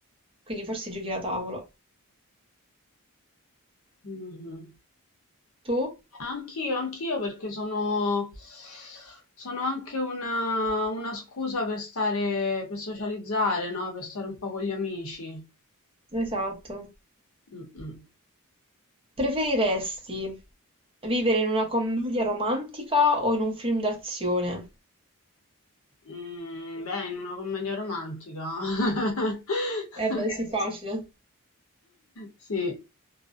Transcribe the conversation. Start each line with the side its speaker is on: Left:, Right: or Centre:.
Right: quindi forse giochi da tavolo.
Left: Mh-mh.
Right: Tu?
Left: Anch'io, anch'io perché sono sono anche una una scusa per stare per socializzare, no, per stare un po' con gli amici.
Right: Esatto.
Left: Mh-mh.
Right: Preferiresti vivere in una commedia romantica o in un film d'azione?
Left: Mhmm, beh, in una commedia romantica. <laughs>
Right: Eh beh, sì, facile.
Left: Sì.